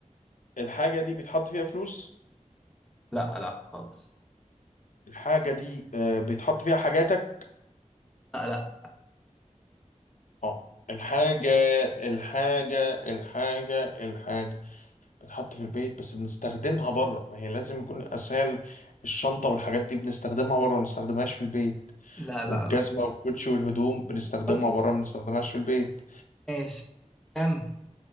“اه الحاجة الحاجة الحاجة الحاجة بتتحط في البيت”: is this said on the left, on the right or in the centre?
Left